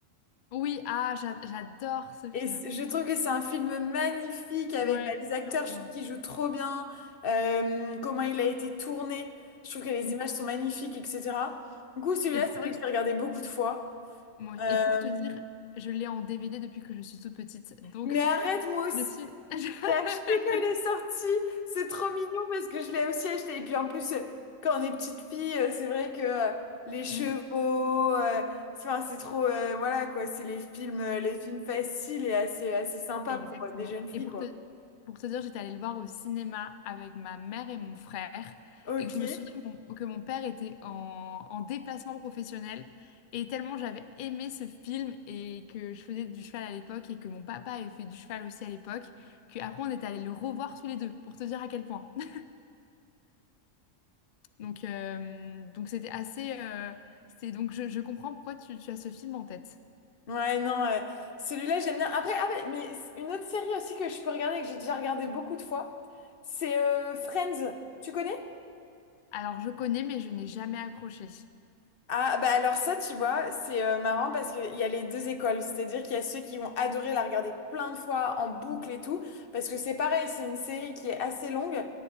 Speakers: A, on the left (about 65°); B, on the left (about 50°).
A: Oui, ah, j'a- j'adore ce film.
B: Et c- je trouve que c'est un film magnifique avec
A: Ouais,
B: bah, les acteurs,
A: je rejoins.
B: je trouve qu'ils jouent trop bien, euh, comment il a été tourné, je trouve que les
A: Mm.
B: images sont magnifiques, etc. Du coup, celui-là,
A: Et pour
B: c'est vrai
A: te,
B: que je l'ai regardé beaucoup de fois.
A: moi,
B: Euh,
A: et pour te dire, je l'ai en DVD depuis que je suis toute petite. Donc,
B: mais arrête, moi aussi,
A: je suis... <laughs>
B: j'ai acheté quand il est sorti, c'est trop mignon parce que je l'ai aussi acheté. Et puis en plus, euh, quand on est petite fille, euh, c'est vrai que euh, les chevaux,
A: Mm.
B: euh, c'est enfin, c'est trop, euh, voilà quoi, c'est les films, euh, les films faciles et assez, assez sympas
A: Exactement.
B: pour euh, des jeunes filles,
A: Et pour
B: quoi.
A: te, pour te dire, j'étais allée le voir au cinéma avec ma mère et mon frère.
B: Ok.
A: Et que je me souviens que mon, que mon père était en, en déplacement professionnel. Et tellement j'avais aimé ce film et que je faisais du cheval à l'époque et que mon papa avait fait du cheval aussi à l'époque, qu'après on est allé le revoir tous les deux pour te dire à quel point. <laughs> Donc, euh, donc c'était assez. euh, c'était, donc je, je comprends pourquoi tu, tu as ce film en tête.
B: Ouais, non, euh, celui-là, j'aime bien. Après, ah, ouais, mais c- une autre série aussi que je peux regarder, et que j'ai déjà regardé beaucoup de fois, c'est euh, Friends. Tu connais?
A: Alors je connais, mais je n'ai jamais accroché.
B: Ah, bah alors ça, tu vois, c'est euh, marrant parce qu'il y a les deux écoles. C'est-à-dire qu'il y a ceux qui vont adorer la regarder plein de fois en boucle
A: Mm.
B: et tout. Parce que c'est pareil, c'est une série qui est assez longue, euh,